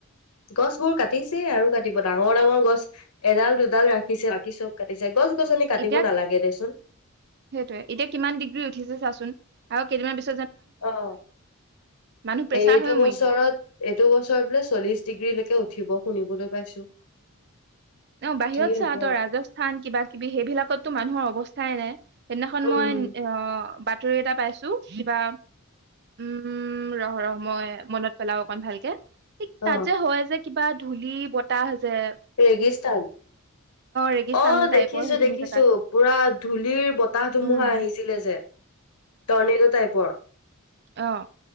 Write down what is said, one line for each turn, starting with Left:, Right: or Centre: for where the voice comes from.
Left: গছ বোৰ কাটিছে আৰু কাটিব ডাঙৰ, ডাঙৰ গছ এডাল দুডাল ৰাখিছে বাকী চব কাটিছে গছ গছনি কাটিব
Right: এতিয়া সেইটোৱে
Left: নালাগে দেচোন
Right: এতিয়া কিমান ডিগ্ৰী উঠিছে চাচোন। আৰু কেইদিনমান পিছ
Left: অ',
Right: মানুহ প্ৰেছাৰ
Left: এইটো
Right: হৈ
Left: বছৰত
Right: মৰিব
Left: এইটো বছৰত বোলে চল্লিশ ডিগ্ৰীলৈকে উঠি উঠিব শুনিবলৈ পাইছো।
Right: ন' বাহিৰত
Left: কি
Right: চা
Left: হব
Right: তই ৰাজস্থান কিবা কিবি সেইবিলাকটো মানুহৰ অৱস্থা চাইনাই। সেইদিনাখন
Left: উম
Right: মই অহ, বাট এটা পাইছো কিবা, উম উম, ৰহ ৰহ মই মনত পেলাওঁ। অমান ভালকে। ঠিক
Left: অ
Right: তাত যে হয় যে কিবা ধূলি বতাহ হৈছে।
Left: ৰেগিস্তান
Right: ৰেগিস্তান
Left: অ',
Right: টাইপৰ
Left: দেখিছো
Right: সেইখিনি
Left: দেখিছো
Right: জেগাত
Left: পুৰা ধূলিৰ বতাহ ধুমুহা
Right: উম
Left: আহিছিলে যে। টৰ্নেডো টাইপৰ।
Right: অহ।